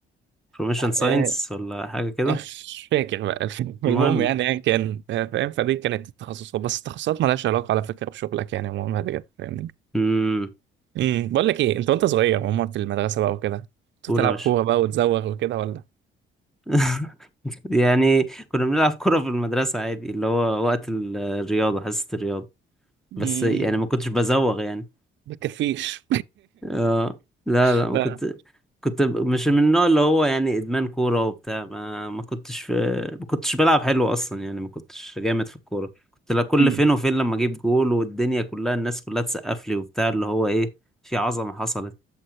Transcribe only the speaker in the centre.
انفورميشن ساينس
ولا حاجة كده
المهم
امم
قول
يا باشا
<laughs> يعني كنا بنلعب كرة في المدرسة عادي اللي هو وقت ال- الرياضة حصة الرياضة
بس يعني ما كنتش بزوغ يعني
اه لا
لا ما
كنت كنت ب- مش من النوع اللي هو يعني إدمان كورة وبتاع ما ما كنتش ما كنتش بلعب حلو أصلا يعني ما كنتش جامد في الكورة كنت لا كل
فين وفين لما أجيب جول والدنيا كلها الناس كلها تسقف لي وبتاع اللي هو إيه في عظمة حصلت